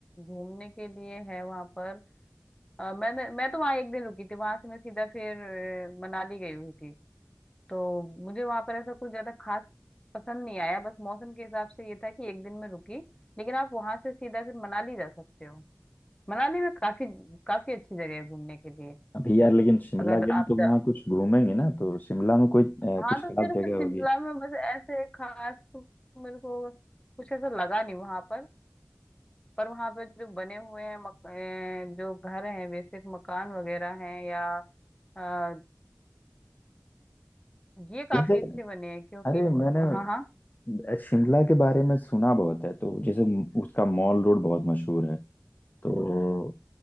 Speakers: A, on the left (about 20°); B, on the left (about 40°).
A: घूमने के लिए है वहां पर अ, मैंने मैं तो वहां एक दिन रुकी थी वहां से मैं सीधा फिर अ, मनाली गई हुई थी तो मुझे वहां पर ऐसा कुछ ज्यादा खास पसंद नहीं आया बस मौसम के हिसाब से ये था कि एक दिन में रुकी लेकिन आप वहां से सीधा फिर मनाली जा सकते हो मनाली में काफी काफी अच्छी जगह है घूमने के लिए
B: अभी यार लेकिन शिमला
A: अगर
B: गए
A: आप
B: तो
A: ज-
B: वहाँ कुछ घूमेंगे ना तो शिमला में कोई अ,
A: हाँ
B: कुछ
A: तो
B: खास
A: मेरे
B: जगह
A: को शिमला
B: होगी
A: में बस ऐसे खास तो मेरे को कुछ ऐसा लगा नहीं वहां पर पर वहां पर जो बने हुए हैं मक, अ, जो घर हैं बेसिक मकान वगैरह हैं या अ, ये काफी
B: जैसे
A: अच्छे बने हैं क्योंकि
B: अरे
A: व-
B: मैंने
A: हाँ हाँ
B: अ, शिमला के बारे में सुना बहुत है तो जैसे उसका मॉल रोड बहुत मशहूर है तो